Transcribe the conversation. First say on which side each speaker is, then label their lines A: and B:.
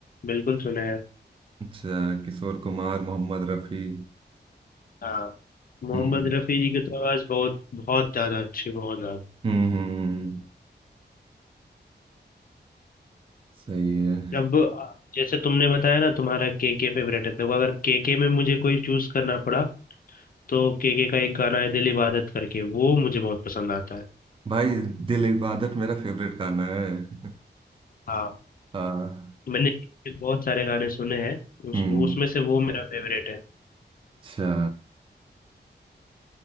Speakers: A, on the left; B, on the right.
A: बिल्कुल सुने
B: अच्छा किशोर कुमार मोहम्मद रफी
A: हाँ मोहम्मद
B: हम्म
A: रफ़ी जी की तो आवाज़ बहुत बहुत ज़्यादा अच्छी बहुत ज़्यादा
B: हम्म हम्म, हम्म। सही है
A: अब जैसे तुमने बताया ना तुम्हारा के के फेवरेट है देखो अगर के के में मुझे कोई चूज करना पड़ा तो के के का एक गाना है दिल इबादत करके वो मुझे बहुत पसंद आता है
B: भाई दिल इबादत मेरा फेवरेट गाना है <laughs>
A: हाँ
B: हाँ
A: मैंने के बहुत सारे गाने सुने हैं उस
B: हम्म
A: उसमें से वो मेरा फेवरेट है
B: अच्छा